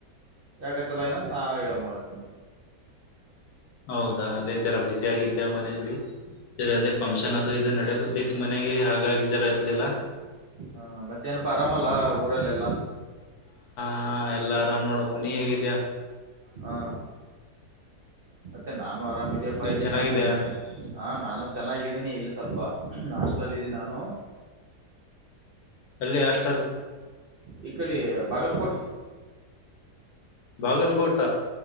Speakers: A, on the right; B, on the left.
A: ಯಾಕೊ ಚೆಲೊಇಲ್ಲ ನಾ ಇವಾಗ್ ಮಾಡತೇನಿ
B: ಹೌದಾ ಅದೇ ಜ್ಜರ ಬಿಜಿ ಆಗಿದ್ದೆ ಮನೆಯಲ್ಲಿ ಸರಿ
A: ಹ್ಮ್
B: ಅದೇ
A: ಹ್ಮ್,
B: ಫಂಕ್ಷನ್
A: ಮತ್ತೆ
B: ಅದು ಇದು ನಡಕೂತ್ತೈತಿ ಮನೆಗೆ ಹಾಗಾಗಿದರ ಇರ್ಲಿಲ್ಲ
A: ಹಾ ಹ ಮತ್ತೆ ಏನಪ್ಪಾ ಆರಾಮಲ್ಲ ಊರಲ್ಲೆಲ್ಲಾ
B: ಹಾ ಎಲ್ಲಾ ಆರಾಮ್ ನೋಡಪ್ಪ ನೀ ಹೇಗಿದ್ದೀಯಾ
A: ಹಾ ಮತ್ತೆ ನಾ ಆರಾಮ್ ಇದಿಯಪ್ಪ
B: ನೀ
A: ಇಲ್ಲಿ
B: ಚೆನ್ನಾಗಿದ್ಯಾ
A: ನಾನು ಇಲ್ಲಿ ನಾನ ಚೆನ್ನಾಗಿ ಇದೀನಿ ಇಲ್ಲಿ ಸ್ವಲ್ಪ ನಾಸ್ಟ್ಲಲ್ಲಿ ಇದಿನ್ ನಾನು
B: ಯಲ್ಲಿ ಹಷ್ಟಲ್
A: ಈಕ್ಕಲಿ ಬಾಗಲ್ಕೋಟ್
B: ಬಾಗಲ್ಕೋಟ